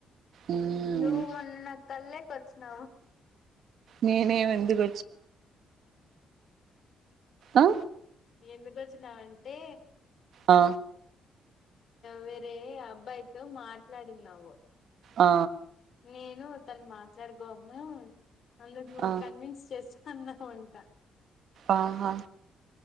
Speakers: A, on the right (about 65°); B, on the left (about 50°).
A: ఉమ్
B: నువ్వు మొన్న కళ్ళోకి చ్చినావు
A: నేనేం ఎందుకొ ఆ
B: ఎందుకు వచ్చినావంటే
A: ఆ
B: వేరే అబ్బాయితో మాట్లాడినావు
A: ఆ
B: నేను తను మాట్లాడుగోము అందరు నువ్వు
A: ఆ
B: కన్విన్స్ చేస్తు కన్నావంట
A: ఆహా